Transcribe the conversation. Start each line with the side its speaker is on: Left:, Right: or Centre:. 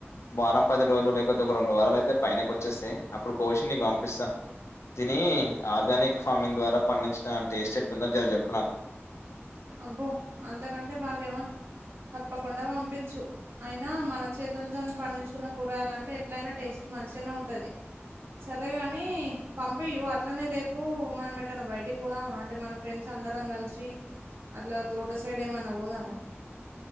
Left: వారం పది రోజులు లేకపోతే ఒక రెండు వారాలు అయితే పైనకి వచ్చేస్తయి అప్పుడు కోచి నీకు పంపిస్తా తీని ఆర్గానిక్ ఫార్మింగ్ ద్వారా పండించిన టేస్ట్ ఎట్ల ఉందో జర చెప్పు నాకు
Right: అబ్బో అంతకంటే బాగ్యమా తప్పకుండా పంపించు అయినా మన చేతులతోని పండించుకున్న కూరగాయలు అంటే ఎట్లయినా టేస్ట్ మంచిగానె ఉంటది సరేగాని పంపియు అట్లనే రేపు మనం ఎట్టనా బయటికి పోదామా అంటే మనం ఫ్రెండ్స్ అందరం కలిసి అట్ల తోట సైడ్ ఏమన్నా పోదామా